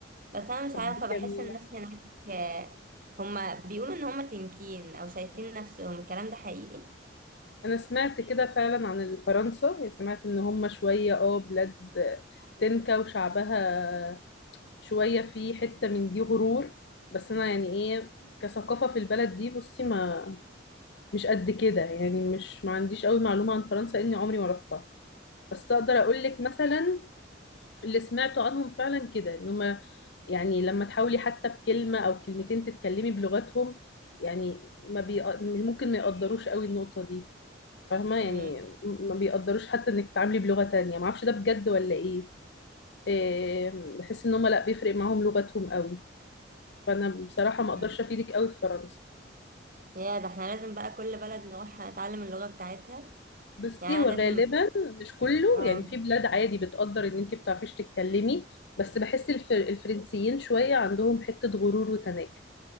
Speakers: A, on the right; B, on the left.
A: بس انا مش
B: طب
A: عارفة
B: دي
A: بحس
B: جميلة
A: الناس هناك آه، هما بيقولوا ان هما تنكين او شايفين نفسهم الكلام ده حقيقي
B: انا سمعت كده فعلا عن ال- فرنسا يعني سمعت ان هم شوية اه بلاد تنكا وشعبها شوية في حتة من دي غرور بس انا يعني ايه كثقافة في البلد دي بصي ما مش قد كده يعني مش ما عنديش قوي معلومة عن فرنسا اني عمري ما رحتها بس اقدر اقول لك مثلا اللي سمعته عنهم فعلا كده ان هم يعني لما تحاولي حتى بكلمة او كلمتين تتكلمي بلغتهم يعني ما بي... ممكن ما يقدروش قوي النقطة دي فاهمة يعني
A: مم.
B: م- ما بيقدروش حتى انك تتعاملي بلغة تانية ما اعرفش ده بجد ولا ايه إيه، بحس ان هم لا بيفرق معاهم لغتهم قوي فانا بصراحة ما
A: مم.
B: اقدرش افيدك قوي في فرنسا
A: يا ده احنا لازم بقى كل بلد نروح نتعلم اللغة بتاعتها
B: بصي
A: يعني
B: هو
A: أنا
B: غالبا
A: لازم
B: مش كله
A: اه
B: يعني في بلاد عادي بتقدر ان انت بتعرفيش تتكلمي بس بحس الفر... الفرنسيين شوية عندهم حتة غرور وتناكة